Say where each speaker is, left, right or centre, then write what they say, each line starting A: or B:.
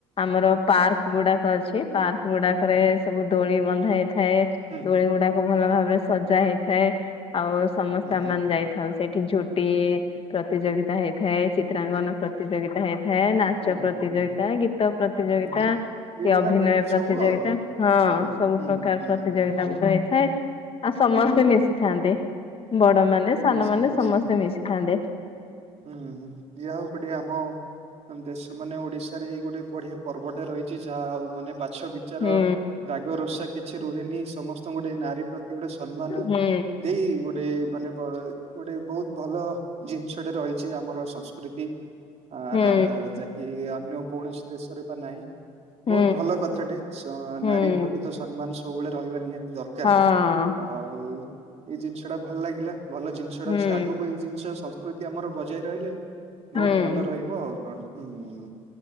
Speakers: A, on the left; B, on the right.
A: ଆମର ପାର୍କଗୁଡାକ ଅଛି, ପାର୍କଗୁଡା କରେ ସବୁ ଦୋଳି ବନ୍ଧା ହେଇଥାଏ,
B: ହୁଁ
A: ଦୋଳିଗୁଡାକ ଭଲ ଭାବରେ ସଜା ହେଇଥାଏ ଆଉ ସମସ୍ତେ
B: ହୁଁ
A: ଆମେମାନେ
B: ହୁଁ
A: ଯାଇ ଥାଉ। ସେଠି ଝୋଟି ପ୍ରତିଯୋଗିତା ହେଇଥାଏ, ଚିତ୍ରାଙ୍କନ ପ୍ରତି ତିଯୋଗିତା ହେଇଥାଏ, ନାଚ
B: ହୁଁ
A: ପ୍ରତିଯୋଗିତା,
B: ହୁଁ ହୁଁ ହୁଁ।
A: ଗୀତ ପ୍ରତିଯୋଗିତା
B: ହୁଁ ବି- ବିଭିନ୍ନ
A: କି ଅଭିନୟ
B: ପ୍ରକାର
A: ପ୍ରତିଯୋଗିତା,
B: ସବୁ ଆଉ
A: ହଁ
B: ହୁଁ ହୁଁ
A: ସବୁ
B: ହୁଁ
A: ପ୍ରକାର ପ୍ରତିଯୋଗିତା
B: ହୁଁ ହୁଁ ହୁଁ।
A: ମଧ୍ୟ ହେଇଥାଏ ଆ ସମସ୍ତେ ମିଶିଥାନ୍ତି। ବଡମାନେ, ସାନମାନେ
B: ଆଚ୍ଛା ଆଚ୍ଛା।
A: ସମସ୍ତେ ମିଶିଥାନ୍ତି।
B: ହୁଁ ହୁଁ। ଯାହା ହଉ ଗୋଟେ ଆମ ଆମ ଦେଶ ମାନେ ଓଡିଶାରେ ଏଇ ଗୋଟେ ବଢିଆ ପର୍ବଟେ ରହିଚି, ଯାହା ହଉ ମାନେ ବାଛ ବି ଚାର,
A: ହୁଁ
B: ରାଗ, ଋଷା କିଛି ରୁହେନି, ସମସ୍ତଙ୍କୁ ଗୋଟେ ନାରୀ ପ୍ରତି ଗୋଟେ ସମ୍ମାନ
A: ହୁଁ
B: ଦେଇ ଗୋଟେ ମାନେ ବ ଗୋଟେ ବହୁତ ଭଲ ଜିନିଷ ଷଟେ ରହିଛି ଆମର ସଂସ୍କୃତି। ଆ
A: ହୁଁ।
B: ଯାକ କି ଅନ୍ୟ କୌଣସି ଦେଶରେ ବା ନାହିଁ।
A: ହୁଁ
B: ବହୁତ ଭଲ କଥାଟେ, ଶ
A: ହୁଁ
B: ନାରୀ ପ୍ରତି ତ ସମ୍ମାନ ସବୁବେଳେ ରହିବା ନିହାତି ଦରକାର।
A: ହଁ
B: ଆଉ ଏଇ ଜିନିଷଟା ଭଲ ଲାଗିଲା, ଭଲ ଜିନିଷଟା
A: ହୁଁ
B: ଅଛି। ଆଗକୁ ଏଇ ଜିନିଷ ସଂସ୍କୃତି ଆମର ବଜାଇ ରହିଲେ
A: ହୁଁ
B: ବହୁତ ଭଲ ରହିବ ଆଉ କଣ। ହୁଁ, ହୁଁ।